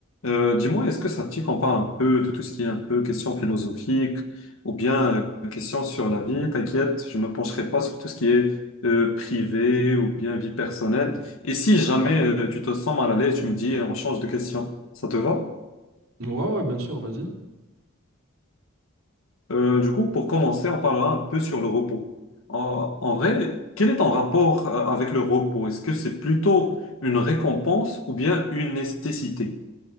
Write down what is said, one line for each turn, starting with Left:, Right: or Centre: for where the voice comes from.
Left: Euh, dis-moi, est-ce que ça te dit qu'on parle un peu de tout ce qui est un peu question philosophique ou bien euh, question sur la vie? T'inquiète, je me pencherai pas sur tout ce qui est euh, privé ou bien vie personnelle. Et si jamais euh, tu te sens mal à l'aise, tu me dis, on change de question. Ça te va?
Right: Ouais, ouais, bien sûr, vas-y.
Left: Euh, du coup, pour commencer, on parlera un peu sur le repos. En, en vrai, quel est ton rapport euh, avec le repos? Est-ce que c'est plutôt une récompense ou bien une nécessité?